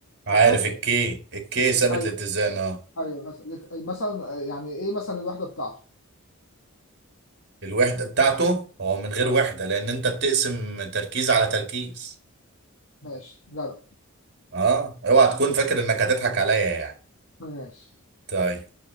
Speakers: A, on the right; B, on the left.
A: عارف
B: انا فاكر
A: الكي الكي ثابت
B: ايوه
A: الاتزان اه
B: ايوه مثلا لت- مثلا آه، يعني ايه مثلا الوحدة بتاعته
A: الوحدة بتاعته هو من غير
B: اه
A: وحدة لان انت بتقسم تركيز على تركيز
B: ماشي جدع
A: اه اوعى تكون فاكر انك هتضحك عليا يعني
B: ماشي
A: طيب